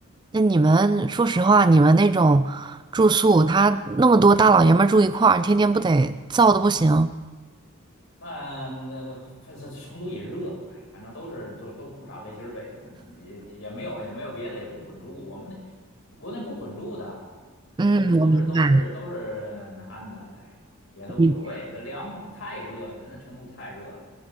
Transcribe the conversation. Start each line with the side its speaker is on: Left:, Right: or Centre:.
Right: 那你们说实话，你们那种住宿，他那么多大老爷们儿住一块儿，天天不得燥的不行？
Left: 那那反正成都也热，哎，反正都是都都裤衩背心儿呗，反正也也也没有也没有别的，也不混住。我们那国内不混住的，
Right: 嗯，
Left: 都是都是都是都是男的，
Right: 我明白
Left: 哎，也都无所谓，
Right: 你。
Left: 这凉快儿吧太热了，真的成都太热了。